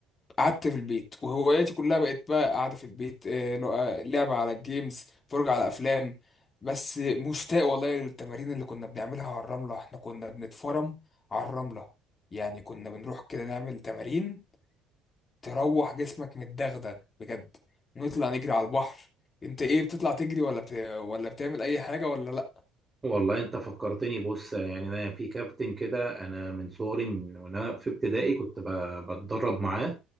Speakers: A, on the left (about 35°); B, on the right (about 20°).
A: قعدت في البيت وهواياتي كلها بقت بقى قاعدة في البيت آه، لو- آه، لعبة على الجيمز فرجة على أفلام بس مشتاق والله للتمارين اللي كنا بنعملها على الرملة احنا كنا بنتفرم على الرملة يعني كنا بنروح كده نعمل تمارين تروح جسمك متدغدغ بجد ونطلع نجري على البحر انت ايه بتطلع تجري ولا بت... ولا بتعمل اي حاجة ولا لا
B: والله انت فكرتني بص يعني انا في كابتن كده انا من صغري من وانا في ابتدائي كنت ب- بتدرب معاه